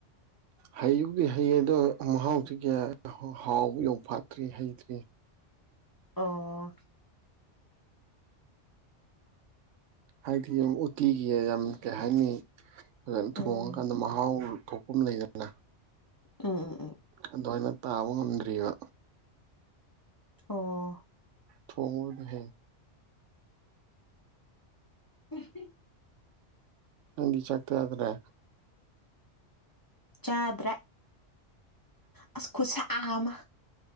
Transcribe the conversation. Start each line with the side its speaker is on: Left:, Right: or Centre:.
Right: ꯍꯩꯕꯨꯗꯤ ꯍꯩ ꯑꯗꯣ ꯃꯍꯥꯎꯗꯤ ꯀꯌꯥ ꯍ ꯍꯥꯎꯕ ꯌꯧꯐꯥꯠ ꯇ꯭ꯔꯤ ꯍꯩꯇ꯭ꯔꯤ
Left: ꯑꯣ
Right: ꯍꯥꯏꯗꯤ ꯎꯝ ꯎꯇꯤꯒꯤ ꯌꯥꯝ ꯀꯩ ꯍꯥꯏꯅꯤ
Left: ꯎꯝ
Right: ꯊꯣꯡꯉꯀꯥꯟꯗ ꯃꯍꯥꯎ ꯀꯣꯛꯄꯨꯝ ꯂꯩꯗꯅ
Left: ꯎꯪꯎꯝ
Right: ꯑꯗꯨꯃꯥꯏꯅ ꯇꯥꯕ ꯉꯝꯗ꯭ꯔꯤꯕ
Left: ꯑꯣ
Right: ꯊꯣꯡꯕꯕꯨꯗꯤ ꯍꯩ
Left: <unintelligible>
Right: ꯅꯪꯗꯤ ꯆꯥꯛ ꯆꯥꯗ꯭ꯔꯦ
Left: ꯆꯥꯗ꯭ꯔꯦ ꯑꯁ ꯈꯨꯠꯁꯥ ꯑꯃ